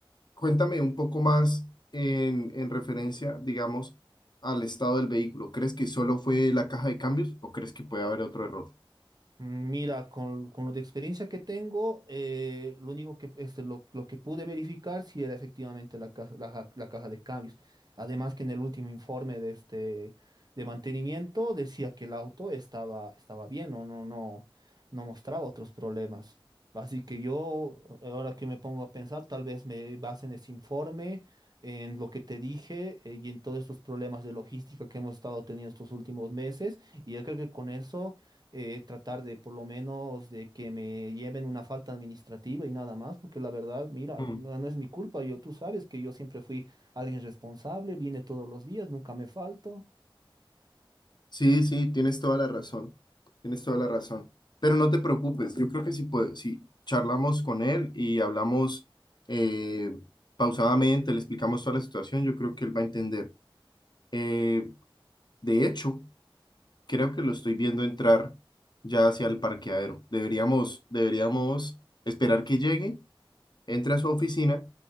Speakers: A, on the left (about 55°); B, on the right (about 50°).
A: Cuéntame un poco más en, en referencia, digamos, al estado del vehículo. ¿Crees que solo fue la caja de cambios o crees que puede haber otro error?
B: Mira, con, con lo de experiencia que tengo, eh, lo único que, este, lo, lo que pude verificar si era efectivamente la caja, la, ja- la caja de cambios. Además que en el último informe de este de mantenimiento decía que el auto estaba, estaba bien, no, no, no, no mostraba otros problemas. Así que yo, ahora que me pongo a pensar, tal vez me base en ese informe, en lo que te dije, eh, y en todos estos problemas de logística que hemos estado teniendo estos últimos meses. Y yo creo que con eso eh, tratar de por lo menos de que me lleven una falta administrativa y nada más, porque la verdad, mira,
A: Mm.
B: no, no es mi culpa, yo tú sabes que yo siempre fui alguien responsable, vine todos los días, nunca me falto.
A: Sí, sí, tienes toda la razón. Tienes toda la razón. Pero no te preocupes, yo creo que si, puede- si charlamos con él y hablamos eh, pausadamente, le explicamos toda la situación, yo creo que él va a entender. Eh, de hecho, creo que lo estoy viendo entrar ya hacia el parqueadero. Deberíamos, deberíamos esperar que llegue entre a su oficina